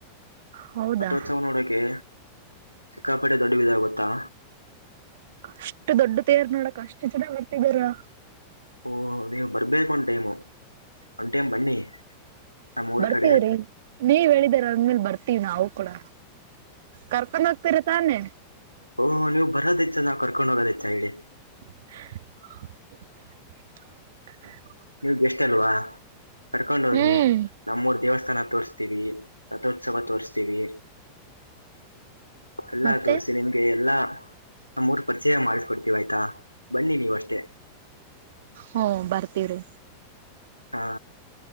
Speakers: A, on the right; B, on the left.
A: ಹೌದಾ
B: ರಥೋತ್ಸವ ನೋಡೋಕೆ ಸಿಕ್ಕಾಪೇಟೆ ದೊಡ್ಡವಿದ ಗೊತ್ತಾ.
A: ಅಷ್ಟು ದೊಡ್ಡ ತೇರ್ ನೋಡಕ್ ಅಷ್ಟು ಜನ ಬರ್ತಿದೀರಾ.
B: ಓ ನೀವು ಬರ್ಬೇಕು ಒಂದ್ ಟೈಮು ಒಂದ್ ಟೈಮ್ ಬನ್ನಿ ನಮ್ಮ ಊರ
A: ಬರ್ತೀವ್ರಿ
B: ಕಡೆ.
A: ನೀವ್ ಹೇಳಿದರ ಅಂದ್ಮೇಲ್ ಬರ್ತೀವಿ ನಾವು ಕೂಡ ಕರ್ಕೊಂಡ ಹೋಗ್ತಿರ ತಾನೇ.
B: ಓ ನೀವು ಬರೊದ್ ಹೆಚ್ಚ ನಾ ಕರ್ಕೊಂಡು ಹೋಗೊದ್ ಹೆಚ್ಚ ಹೇಳಿ.
A: <inaudible>
B: ನೀವ್ ಬೇಷ್ಟ ಅಲ್ವಾ ಕರ್ಕೊಂಡ ಹೋಗಿ
A: ಹ್ಮ್
B: ನಮ್ಮೂರ್ ದೇವಸ್ಥಾನ ತೋರ್ಸ್ತೀವಿ. ರಥೋತ್ಸವ ತೋರಿಸ್ತೀವಿ. ಎಲ್ಲಾ
A: ಮತ್ತೆ
B: ತೋರಿಸ್ತಿನಿ ನಿಮ್ಗೆ ಎಲ್ಲ. ನಮ್ಮ ಊರು ಪರಿಚಯ ಮಾಡ್ಸ ಕೊಡ್ತಿವಿ ಆಯ್ತಾ ಬನ್ನಿ ನೀವ ಅಷ್ಟೇ.
A: ಹ್ಮ್ ಬರ್ತಿವ್ರಿ.
B: ಹಾ.